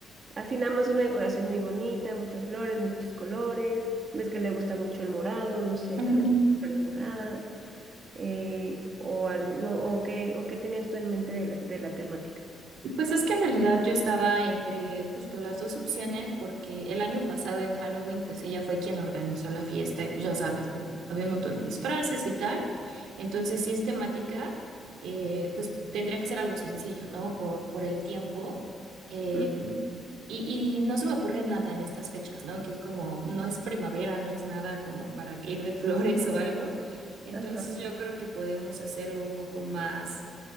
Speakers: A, on the right (about 45°); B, on the right (about 80°).
A: así nada más una decoración muy bonita, muchas flores, muchos colores, ves que le gusta mucho el morado, no sé,
B: ujú.
A: tal vez muchas flores moradas, eh, o algo, no, o qué, o qué tenías tú en mente de la, de la temática.
B: Pues es que en realidad yo estaba entre justo las dos opciones porque el año pasado en Halloween pues ella fue quien organizó la fiesta y pues ya sabes, había un montón de disfraces y tal. Entonces si es temática, eh, pues tendría que ser algo sencillo, ¿no? Por, por el tiempo. Eh,
A: Ujú.
B: y, y no se me ocurre nada en estas fechas, ¿no? Que es como, no es primavera, no es nada como para ir de <laughs> flores o algo. Entonces
A: Ajá.
B: yo creo que podemos hacerlo un poco más